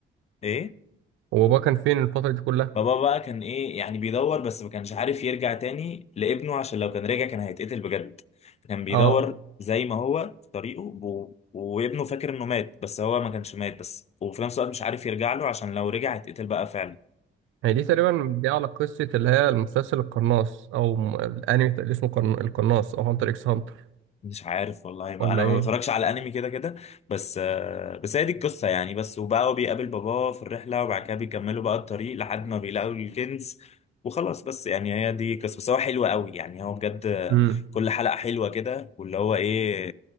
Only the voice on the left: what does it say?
ايه
بابا بقى كان ايه يعني بيدور بس ما كانش عارف يرجع تاني لابنه عشان لو كان رجع كان هيتقتل بجد فكان بيدور
زي ما هو في طريقه و... وابنه فاكر انه مات بس هو ما كانش مات بس وفي نفس الوقت مش عارف يرجع له عشان لو رجع هيتقتل بقى فعلا
مش عارف والله ما
انا ما
بتفرجش على انمي كده كده بس آه، بس هي دي القصه يعني بس وبقى هو بيقابل باباه في الرحله وبعد كده بيكملوا بقى الطريق لحد ما بيلاقوا الكنز وخلاص بس يعني هي دي قصه بس هو حلو قوي يعني هو بجد آه،
كل حلقه حلوه كده واللي هو ايه